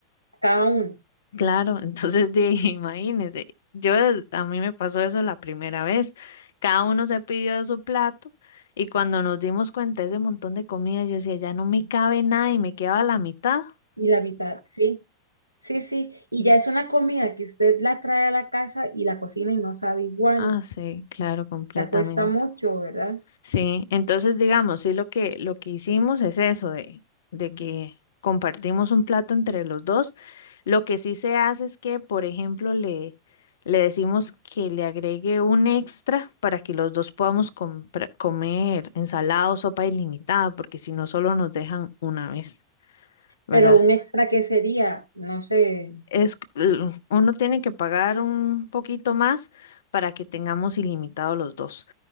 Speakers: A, on the right; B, on the left.
A: cada uno
B: Claro, entonces de, <laughs> imagínense, yo a mí me pasó eso la primera vez. Cada uno se pidió de su plato y cuando nos dimos cuenta de ese montón de comida, yo decía, ya no me cabe nada y me quedaba la mitad.
A: y la mitad, sí, sí, sí. Y ya es una comida que usted la trae a la casa y la cocina y no sabe igual.
B: Ah, sí, claro, completamente.
A: Ya cuesta mucho, ¿verdad?
B: Sí, entonces digamos, sí, lo que, lo que hicimos es eso, de, de que compartimos un plato entre los dos. Lo que sí se hace es que, por ejemplo, le, le decimos que le agregue un extra para que los dos podamos compra- comer ensalada o sopa ilimitada, porque si no, solo nos dejan una vez, ¿verdad?
A: Pero un extra que sería, no sé,
B: Es, l- uno tiene que pagar un poquito más para que tengamos ilimitado los dos